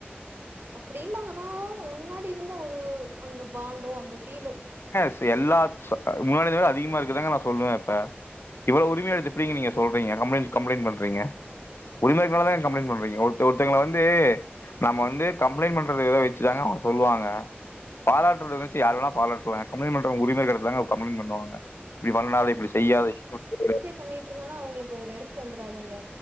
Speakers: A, on the right; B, on the left.
A: அப்டினாங்கன்னா முன்னாடி இருந்த ஒரு அந்த பாண்டோ அந்த ஃபீலோ
B: காசு எல்லா ச் முன்னாடிந்து நா அதிகமா இருக்குதாங்க நா சொல்லுவேன் இப்ப இவ்ளோ உரிமையடத்து எப்டிங்க நீங்க சொல்றீங்க கம்ளைண்ட் கம்ப்ளைண்ட் பண்றீங்க உரிம இருக்ரெனால தான் கம்ப்ளைண்ட் பண்றீங்க ஒருத்த ஒருத்தங்கள வந்து நம்ம வந்து கம்ப்ளைண்ட் பண்றத இத வச்சுதாங்க அவங்க சொல்லுவாங்க பாராட்டுறது வச்சு யார்ருவேணா பாராட்டலா கம்ப்ளைண்ட பண்றவங்க உரிம இருக்குற எடத்துல தாங்க கம்பிளைன்ட் பண்ணுவாங்க இப்டி பண்ணாத இப்டி செய்யாத எக்ஸ்போட் <unintelligible>
A: பண்ணிட்டுருந்தேனா அவங்களுக்கு வெறுப்பு வந்துராதாங்க